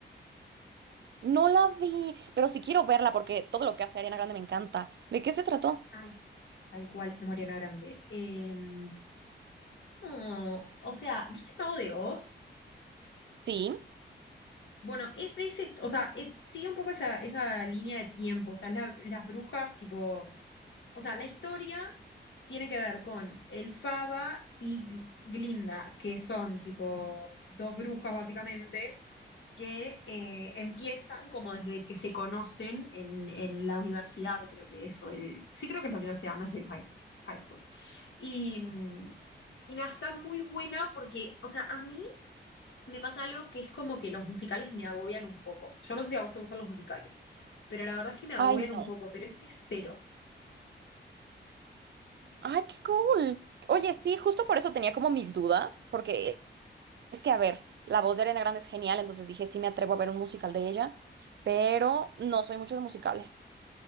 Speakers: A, on the right; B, on the left.
A: No la vi, pero sí quiero verla porque todo lo que hace Ariana Grande me encanta. ¿De qué se trató?
B: Ay, tal cual, Mariana Grande. Em, no, o sea, ¿viste el Mago de Oz?
A: Sí.
B: Bueno, es de ese, o sea, eh, sigue un poco esa, esa línea de tiempo, o sea, la- las brujas, tipo. o sea, la historia tiene que ver con el Faba y Gl- Glinda, que son tipo dos brujas básicamente, que eh, empiezan como desde que se conocen en, en la universidad, creo que eso, el- sí creo que es la universidad, no es el high, high school. Y, mm, y nada, está muy buena porque, o sea, a mí me pasa algo que es como que los musicales me agobian un poco. Yo no sé si a vos te gustan los musicales, pero la verdad es que me agobian
A: Ay, no.
B: un poco, pero este es cero.
A: Ay, qué cool. Oye, sí, justo por eso tenía como mis dudas, porque es que, a ver, la voz de Ariana Grande es genial, entonces dije, sí me atrevo a ver un musical de ella, pero no soy mucho de musicales.